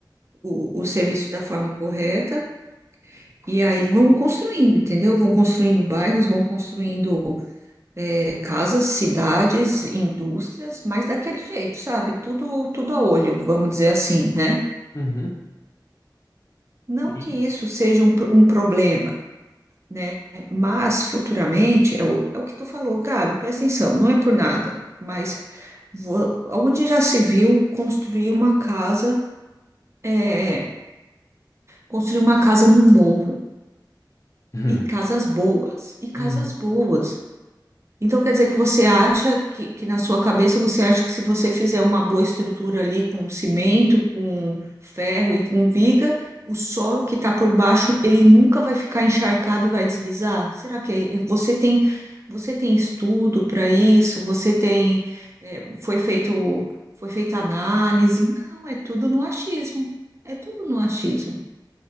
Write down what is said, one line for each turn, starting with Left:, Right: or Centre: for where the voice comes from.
Right: o, o serviço da forma correta. E aí vão construindo, entendeu? Vão construindo bairros, vão construindo eh, casas, cidades, indústrias, mas daquele jeito, sabe? Tudo, tudo a olho, vamos dizer assim, né?
Left: Uhum,
Right: Não
Left: de-
Right: que isso seja um, pro- um problema, né? Mas futuramente, é o, é o que tu falou, Gabi, presta atenção, não é por nada, mas vo- onde já se viu construir uma casa, eh, construir uma casa no morro,
Left: <laughs>
Right: e casas boas, e casas
Left: uhum,
Right: boas. Então quer dizer que você acha que, que na sua cabeça você acha que se você fizer uma boa estrutura ali com cimento, com ferro e com viga, o solo que está por baixo ele nunca vai ficar encharcado e vai deslizar? Será que é- você tem você tem estudo para isso? Você tem é, foi feito foi feita análise? Não, é tudo no achismo. É tudo no achismo.